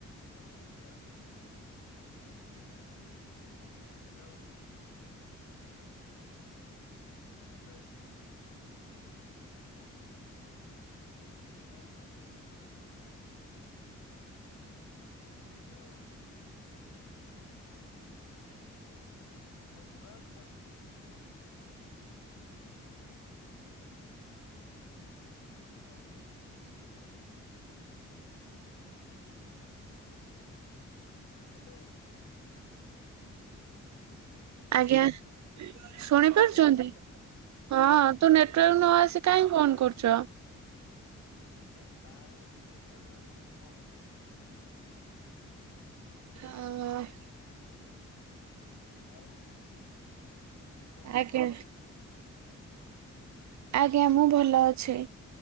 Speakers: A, on the left; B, on the right.
A: Hello ନମସ୍କାର। Hello. Hello. Hello hello hello Shubha ଯାଉଛି ତ। କିମିତି ଅଛନ୍ତି? ହ୍ୟାଲୋ। ହୁଁ
B: ଆଜ୍ଞା ଶୁଣି
A: ଶୁଭା
B: ପାରୁଛନ୍ତି
A: ହେଲା ତ
B: ହଁ।
A: ହୁଁ
B: ତ ନେଟୱାର୍କ ନ ଆସି କାହିଁ ଫୋନ୍ କରୁଛ।
A: ହେ ବାହାରେ ବସି ନେଟୱାର୍କରେ ରଖୁନି ମୁଁ କଣ କରିବି।
B: ଓ ହୋ
A: ଆଉ କେମିତି କଣ
B: ଆଜ୍ଞା
A: ଅଛନ୍ତି?
B: ଆଜ୍ଞା ମୁଁ ଭଲ ଅଛି।